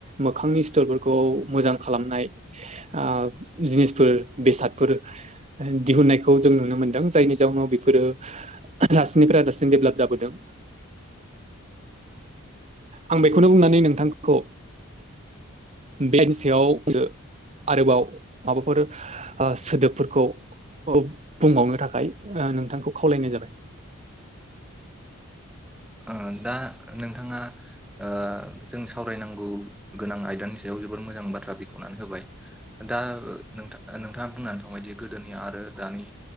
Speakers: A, on the right; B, in the centre.
A: मोखांनि सिथरफोरखौ मोजां खालामनाय आ जिनिसफोर बेसादफोर दिहुननायखौ जों नुनो मोनदों जायनि जाउनाव बेफोरो दासिनिफ्राय दासिन डेभेलप जाबोदों। आं बेखौनो बुंनानै नोंथांखौ बेनि सायाव दो आरोबाव माबाफोर ओ सोदोबफोरखौ औ बुंबावनो थाखाय ओ नोंथांखौ खावलायनाय जाबाय।
B: ओ दा नोंथाङा ओ जों सावरायनांगौ गोनां आयदानि सायाव जोबोर मोजां बाथ्रा बेख'वनानै होबाय दा नोंथाङा बुंनानै थांबायदि गोदोनि आरो दानि